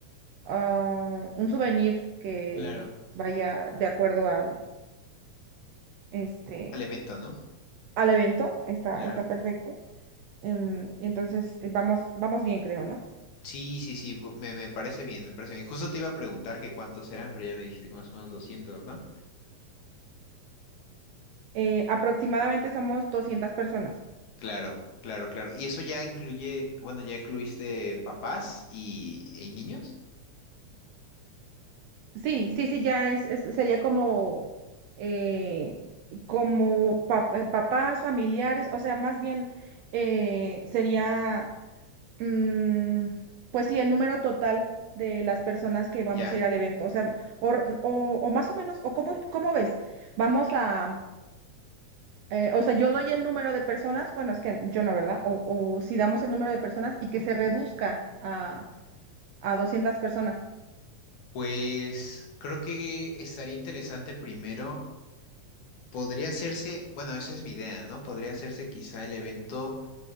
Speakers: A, on the right; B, on the left.
A: Ah, un souvenir que
B: claro.
A: vaya de acuerdo al, este,
B: Al evento, ¿no?
A: al evento. Está,
B: Claro.
A: está perfecto. Em, entonces, eh, vamos, vamos bien, creo, ¿no?
B: Sí, sí, sí, bu- me, me parece bien, me parece bien. Justo te iba a preguntar que cuántos eran, pero ya me dijiste que más o menos doscientos ¿no?
A: Eh, aproximadamente somos 200 personas.
B: Claro, claro, claro. ¿Y eso ya incluye, bueno, ya incluiste papás y, y niños?
A: Sí, sí, sí, ya es, es- sería como, eh, como pa- eh, papás, familiares, o sea, más bien eh, sería, mm, pues sí, el número total de las personas que vamos
B: Ya.
A: a ir al evento, o sea, o, r- o- o más o menos, o cómo, cómo ves, vamos a, eh, o sea, yo doy el número de personas, bueno, es que yo no, ¿verdad? O, o si damos el número de personas y que se reduzca a, a 200 personas.
B: Pues creo que estaría interesante primero, podría hacerse, bueno, esa es mi idea, ¿no? Podría hacerse quizá el evento.